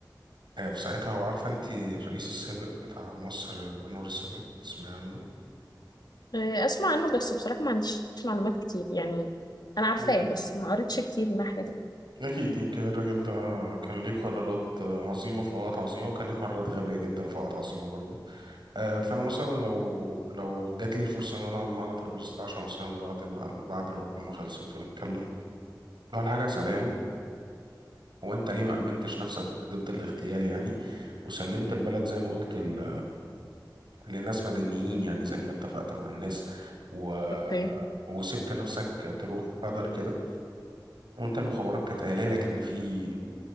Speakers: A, on the right (about 75°); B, on the left (about 65°).
A: آه، في ساعتها وعارفة أنت الرئيس السابق بتاع مصر آه، أنور السادات تسمعي عنه
B: إيه، اسمع عنه بس بصراحة ما عنديش معلومات كتير يعني انا عارفاه
A: مم.
B: بس ما قريتش كتير من الناحية دي
A: أكيد يمكن الراجل ده كان ليه قرارات آه، عظيمة في أوقات عظيمة وكان ليه قرارات غبية جدا في أوقات عظيمة برضه آه، فانا مثلا لو لو جات لي الفرصه ان انا اقعد معانا ترابيزه عشاء مثلا بعد ال- بعد الوجبه ما خلصت ونتكلم اول حاجه اسالها له هو انت ليه ما امنتش نفسك ضد الاغتيال يعني وسلمت البلد زي ما قلت ال... لناس مدنيين يعني زي ما اتفقت مع الناس و...
B: اوكي
A: وسبت نفسك تروح هدر كده وانت المخابرات كانت قايله لك ان في